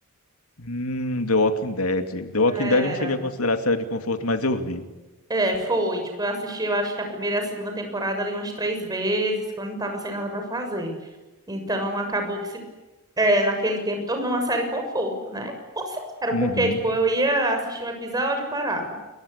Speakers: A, on the left; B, on the right.
A: hum, The Walking Dead. The Walking
B: Era.
A: Dead eu não cheguei a considerar série de conforto, mas eu vi.
B: É, foi. Tipo, eu assisti, eu acho que a primeira e a segunda temporada ali umas três vezes, quando eu tava sem nada pra fazer. Então, acabou que se, é, naquele tempo tornou uma série conforto, né? Considero,
A: Uhum.
B: porque, tipo, eu ia assistir um episódio e parava.